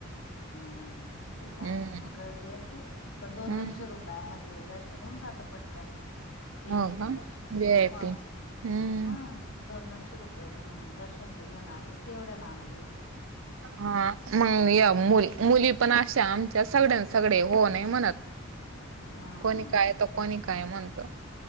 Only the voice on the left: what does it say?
हम ते तर
आहे गर्दी असते पण दोन
दोनशे रुपय <unintelligible> दर्शन होऊन जातं पटकन. वी
आय
पी दर्शन
म
हां दोन दोनशे रुपये भरून दर्शन तर घेऊन आली असती एवढ्या लांब गेली होती.
<inaudible> हम्म